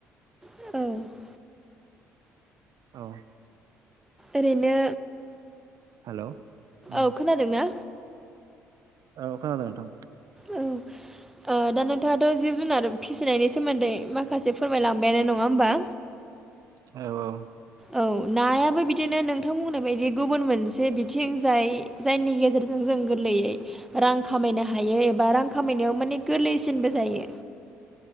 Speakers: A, in the centre; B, on the right (about 55°).
A: औ
B: औ
A: ओरैनो
B: हेल' उम
A: औ खोनादों ना?
B: औ खोनादों नोंथां।
A: औ ओ दा नोंथाङाथ' जिब जुनार फिसिनायनि सोमोन्दै माखासे फोरमायलांबायानो। नङा होमबा?
B: औ औ
A: औ। नायाबो बिदिनो नोंथां बुंनाय बायदि गुबुन मोनसे बिथिं। जाय जायनि गेजेरजों जों गोरलैयै रां खामायनो हायो एबा रां खामायनायाव माने गोरलैसिनबो जायो।